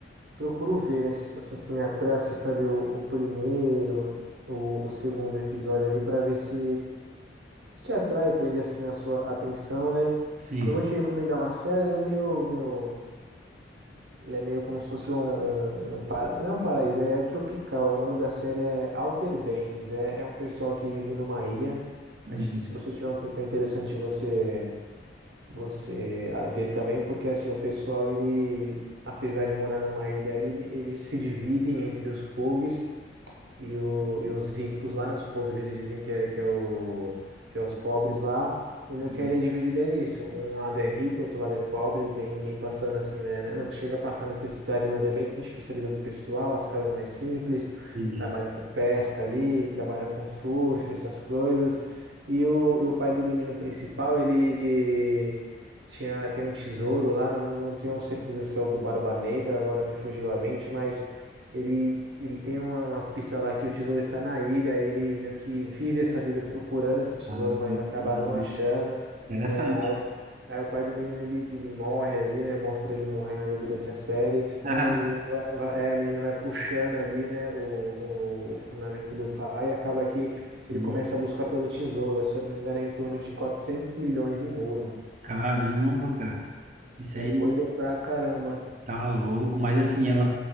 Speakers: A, on the right; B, on the right.
A: procuro ver, né? Se- Assim, se me atrai, assisto ali o, o primeiro, o, o segundo episódio ali, para ver se, se te atrai, prende, assim, a sua atenção, né?
B: Sim.
A: Eu vou te recomendar uma série, ela é meio, meio, ela é meio como se fosse um, um, um para, não é um paraíso, é tropical. O nome da série é Outer Banks, é, é um pessoal que vive numa ilha.
B: Uhum.
A: Acho que se você tiver um tempo é interessante você você ah, vê também, porque assim, o pessoal, ele, apesar de morar numa ilha, ele, eles se dividem entre os pogs e, o, e os ricos lá, né, os pobres, eles dizem que é, que é, o, que é os pobres lá. E meio
B: Uhum.
A: que a ilha é dividida nisso. Um lado é rico, outro lado é pobre, bem, bem passando assim, né? Não chega a passar necessidade, mas é bem difícil a vida do pessoal, as casas mais simples,
B: Entendi.
A: trabalha com pesca ali, trabalha com surf, essas coisas. E o, e o pai do menino principal, ele tinha, tem um tesouro lá, não, não tenho certeza se é o do Barba Negra, agora me fugiu a mente, mas. Ele ele tem uma- umas pistas lá que o tesouro está na ilha, ele meio que vive essa vida procurando esse tesouro,
B: Ah,
A: mas acaba
B: sim.
A: não achando.
B: Interessante.
A: É, aí, o, aí o pai do menino ele, ele morre ali, né? Mostra ele morrendo ali durante a série.
B: <laughs>
A: E o menino
B: Ah,
A: vai, vai- é, o menino vai puxando ali, né? O, o, o fundamento do pai. E acaba que
B: sim.
A: ele começa a buscar pelo tesouro. Se eu não me engano, é em torno de 400 milhões em ouro.
B: Caramba, cara. Isso
A: É
B: aí
A: coisa pra caramba.
B: tá louco. Mas, assim, ela,